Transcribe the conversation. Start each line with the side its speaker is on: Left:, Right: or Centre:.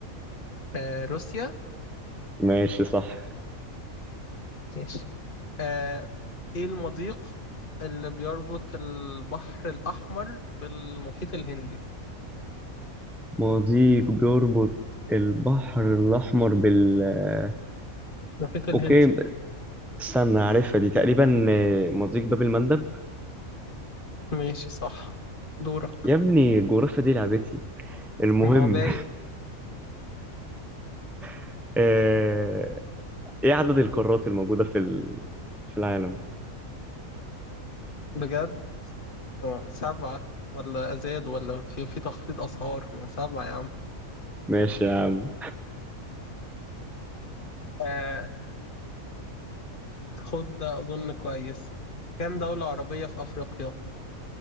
Left: آه، روسيا
Centre: ماشي صح
Left: ماشي آه، إيه المضيق اللي بيربط البحر الأحمر بالمحيط الهندي
Centre: مضيق بيربط البحر الأحمر بال آه،
Left: المحيط الهندي
Centre: أوكي استنى عارفها دي تقريبا آه، مضيق باب المندب
Left: ماشي صح دورك
Centre: يا ابني الجغرافيا دي لعبتي المهم
Left: ما هو باين
Centre: <laughs> آه، إيه عدد القارات الموجودة في ال... في العالم
Left: بجد آه، سبعة ولا زاد ولا في في تخفيض أسعار من سبعة يا عم
Centre: ماشي يا عم
Left: آه خد ده أظن كويس كام دولة عربية في أفريقيا؟